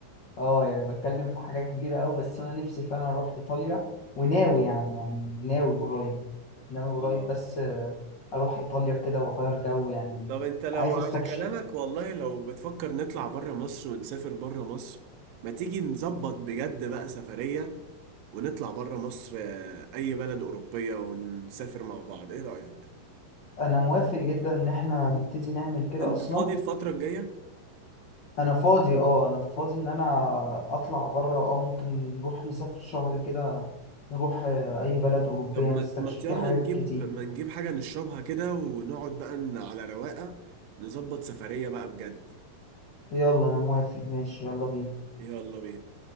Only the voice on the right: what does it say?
الله
طب انت لو
على
كلامك والله لو بتفكر نطلع بره مصر ونسافر بره مصر ما تيجي نظبط بجد بقى سفرية ونطلع بره مصر آه، أي بلد أوروبية ونسافر مع بعض ايه رأيك
انت
فاضي الفترة الجاية
طب ما
ما يلا
نجيب
ما نجيب حاجة نشربها كده ونقعد بقى ن- على رواقة نظبط سفرية بقى بجد
يلا بينا